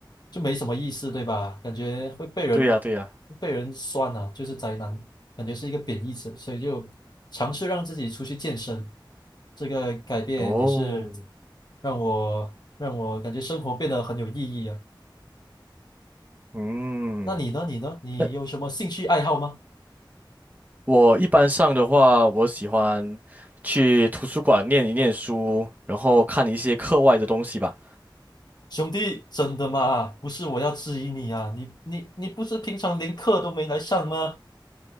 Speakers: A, on the left; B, on the right.
A: 就没什么意思，对吧？感觉会被人
B: 对呀，对呀。
A: 被人酸啊，就是宅男，感觉是一个贬义词，所以就尝试让自己出去健身，这个改变也是
B: 哦，
A: 让我让我感觉生活变得很有意义啊。
B: 嗯，
A: 那你呢？你呢？你有什么兴趣爱好吗？
B: 那我一般上的话，我喜欢去图书馆念一念书，然后看一些课外的东西吧。
A: 兄弟，真的吗？不是我要质疑你啊，你你你不是平常连课都没来上吗？